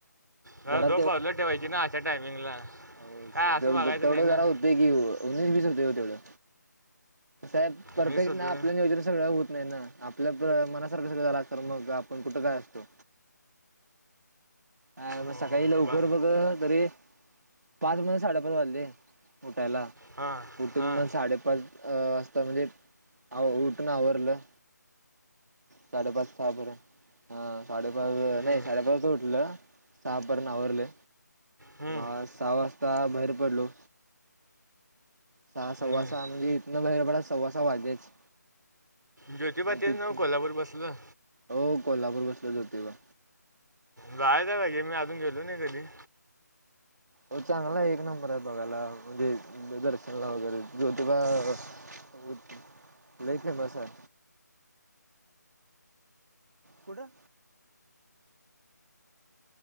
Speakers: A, on the right; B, on the right.
A: अ
B: जरा
A: झोप बाजूला ठेवायची ना अशा टायमिंगला..
B: हो
A: काय
B: स
A: असं
B: तेव
A: वागायचं
B: तेवढं
A: नाही ना
B: जरा होतेच की नेहमी होते हो तेवढं... साहेब परफेक्ट
A: मी सुद्धा
B: ना आपल्याला नियोजन योज सगळं होत. नाही ना आपल्या मनासारखं सगळ झालं तर मग आपण कुठं काय असतो. अ मग
A: हो
B: सकाळी लवकर
A: बा
B: बघ तरी पाच म्हणत साडेपाच वाजले. त्याला
A: हां
B: कुठून
A: हां
B: मग साडेपाच... तेवढ्यात म्हणजे आहो उठूण आवरलं... साडेपाच सपर ह साडेपाच
A: हम्म.
B: नाही साडेपाचच उठलं.. सहा पर्यंत आवरले
A: हम्म.
B: मग सहा वाजता बाहेर पडलो. सहा सव्वा
A: हम्म.
B: सहा म्हणजे इतन वैर बड सव्वा सहा वाजेच...
A: ज्योतिबाातच
B: मग तिथनं
A: नाव कोल्हापूर बसलं..
B: हो कोल्हापूर बसलो जोतिबा...
A: बाय द बाहिजे मी अजून गेलो ना कधी..
B: हो चांगला आहे एक नंबर आहे बघायला म्हणजे दर्शनला वगैरे जो तेव्हा... ब नाही फेमस आहे... कुडं..